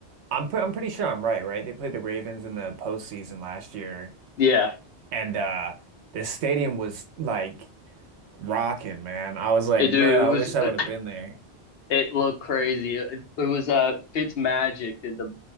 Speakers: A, on the right; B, on the left.
A: I'm pre I'm pretty sure I'm right, right? They played the Ravens in the postseason last year
B: Yeah,
A: and uh the stadium was like rocking, man. I was like,
B: it, dude,
A: man, I
B: it was
A: wish I
B: uh,
A: would have been there.
B: it looked crazy. It, it was uh Fitzmagic did the